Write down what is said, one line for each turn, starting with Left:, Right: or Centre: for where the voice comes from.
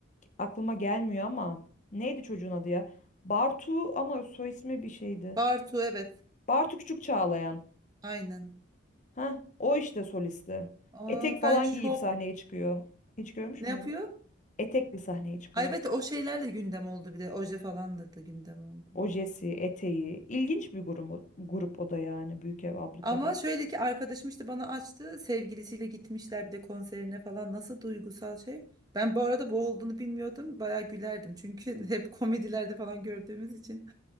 Left: aklıma gelmiyor ama neydi çocuğun adı ya? Bartu ama soy ismi bir şeydi.
Right: Bartu evet.
Left: Bartu Küçük Çağlayan.
Right: Aynen.
Left: Heh, o işte solisti.
Right: Aa
Left: Etek falan
Right: ben şok.
Left: giyip sahneye çıkıyor. Hiç görmüş
Right: Ne
Left: müydün?
Right: yapıyor?
Left: Etekli sahneye çıkıyor.
Right: Ay, evet o şeylerle gündem oldu bir de. Oje falan da, da gündem oldu.
Left: Ojesi, eteği. İlginç bir grup, grup o da yani Büyük Ev Abluka'da.
Right: Ama şöyle ki arkadaşım işte bana açtı. Sevgilisiyle gitmişler bir de konserine falan. Nasıl duygusal şey. Ben bu arada bu olduğunu bilmiyordum. Bayağı gülerdim. Çünkü <laughs> hep komedilerde falan gördüğümüz için.